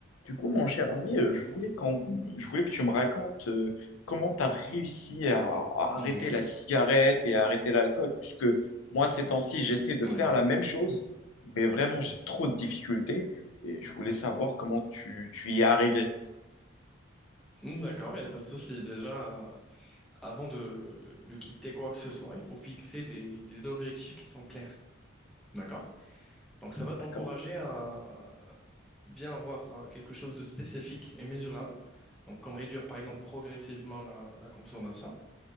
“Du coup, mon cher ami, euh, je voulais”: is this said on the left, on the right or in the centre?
Left